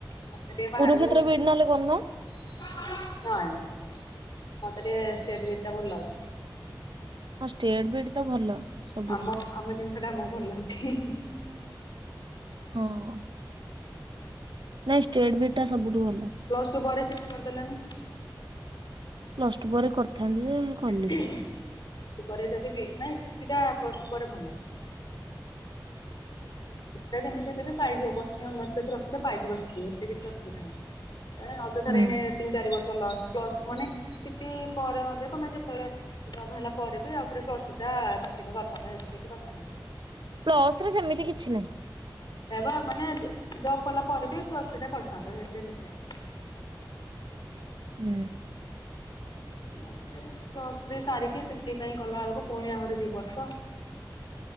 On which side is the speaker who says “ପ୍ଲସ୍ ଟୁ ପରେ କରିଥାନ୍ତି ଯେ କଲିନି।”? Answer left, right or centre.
Right